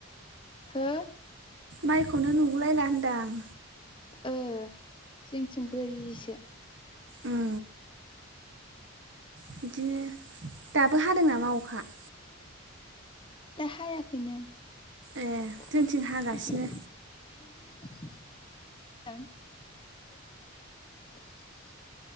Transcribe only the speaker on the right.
माइखौनो नुगुलायला होनदांं।
उम बिदिनो दाबो हादों नामा अखा।
ए जोंथिं
हागासिनो